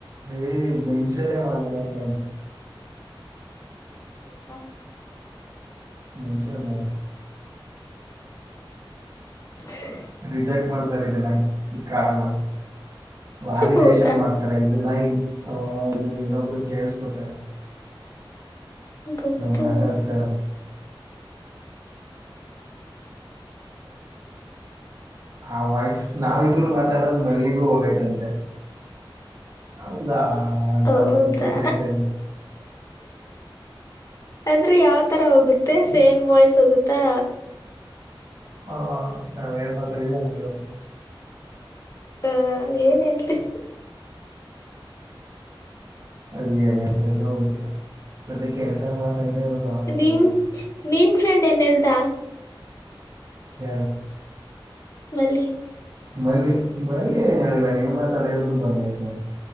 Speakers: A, on the right; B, on the left.
A: ಹ ಮನುಷಲ್ಲ ಮಾಡ ಮ
B: ಹೌದಾ
A: ಮುಚೆಮ
B: ಏ
A: ರಿಜೆಕ್ಟ್ ಮಾಡ್ತಾರೆ ಇದಿನ ಈ ಕಾರ್ ನ ವ್ಯಾಲಿಡೇಶನ್
B: ಹೌದಾ
A: ಮಾಡ್ ಇದು ನೈನ್ ಇದುಲ್ಲಬ್ರು ಕೇಳಳ್ಸ್ಕೋತಾರೆ
B: ಗೊತ್ತು
A: ನಾ್ ಮಾತಾಡ್ತ ಆ ವಯ್ಸ್ ನಾವಿಬ್ರು ಮಾತಾಡದ್ ಮೆಲ್ಲಿಗೂ ಹೋಗೈ್ತಂತೆ ಹೌದಾಂತ
B: ಹೌದಾ
A: ಎಂತ ಕೇಳ್ತ
B: ಅಂದ್ರೆ ಯಾವ ತರ ಹೋಗುತ್ತೆ ಸೇಮ್ ವಾಯ್ಸ್ ಹೋಗುತ್ತಾ
A: ಹದು
B: ಹ ಏನ್ ಹಳ್ತಿ
A: ಅಲ್ಲಿ ಣ ಅತಾ ಇರ ಹೋಗುದಿಲ್ಲ ಸದ್ಯಕ್ಕೆ ಎಫ್ಐ ಮಾತಾಡಿದ್ರೆ ಇರೋದು ಅವನ ಹತ್ರ
B: ನೀನ್
A: ಹೋಗಿ
B: ನೀನ್ ಫ್ರೆಂಡ್ ಏನಲ್ದಾ
A: ಹ
B: ಮಲ್ಲಿೆ
A: ಮಲ್ಲಿ ಮಲ್ಲಿಯ ಳ ನೀ ಮಾತ್ರ ಅಡೆಯು ಬಂದತ